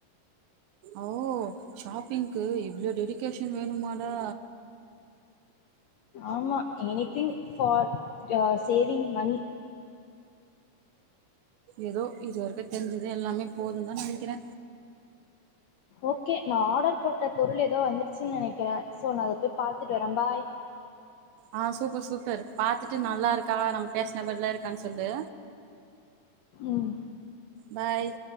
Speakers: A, on the right (about 85°); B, on the left (about 80°).
A: ஓ ஷாப்பிங்க்கு இவ்ளோ டெடிகேஷன் வேணுமாடா
B: ஆமா anything for ah saving money
A: ஏதோ இதுவரைக்கு தெரிஞ்சது எல்லாமே போதும்ன்னு தா நெனைக்கிற
B: ஓகே நா ஆர்டர் போட்ட பொருள் ஏதோ வந்துருச்சுன்னு நெனைக்கிற சோ நா அத போய் பாத்துட்டு வர பாய்
A: அஹ் சூப்பர் சூப்பர் பாத்துட்டு நல்லா இருக்கா நம்ம பேசுனபடிலாம் இருக்கா கான் சொல்லு
B: ம்
A: பாய்